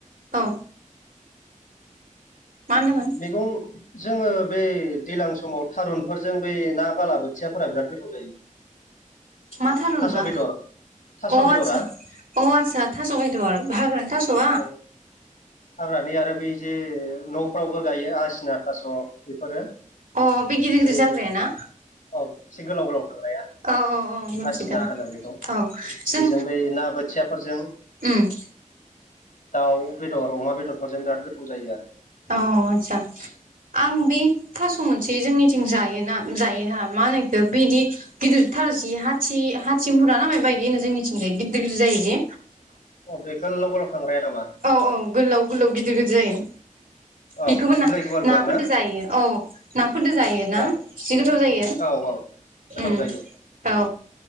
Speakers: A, on the right; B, on the left.
A: औ मा होनदोंमोन
B: मैगं जोङो बै दैजलां समाव थारुनफोरजों बै ना बालाबोथियाफोरा बिराद गोथाव जायो।
A: मा थारुन
B: थास'
A: बा?
B: बेदर थास'
A: अ आतसा
B: बेदरा
A: अ आतसा थास' बेदर हाग्रानि थास'आ?
B: औ हाग्रानि आरो बै जे न'फ्रावबो गायो आसिना थास' बेफोरो।
A: अ बे गिदिर
B: बै
A: गिदिर जाग्रायाना?
B: औ एसे गोलाव गोलाव थांनाया
A: औ औ औ मिथिदो
B: आसिना होनो बेखौ
A: औ जों
B: बेजों बै ना बोथियाफोरजों
A: उम।
B: दाउ बेदर अमा बेदरफोरजों बिराद गोथौ जायो आरो।
A: अ आतसा। आं बे थास' मोनसे जोंनिथिं जायोना जायोहा मा होनो इखो बिदि गिदिर थारजि हाथि हाथिमुरा ना माय बायदि होनो जोंनिथिं गिदिर गिदिर जायोदिे
B: अ बे गोलाव गोलाव थांग्राया नामा
A: औ औ गोलाव गोलाव गिदिर गिदिर जायो।
B: <inaudible>
A: बेखौबो
B: बिलाइ गुवार गुवार
A: नाफोरजों
B: ना
A: जायो औ नाफोरजों जायोना
B: औ
A: जि गोथाव जायो।
B: औ औ गोथाव
A: उम
B: जायो
A: औ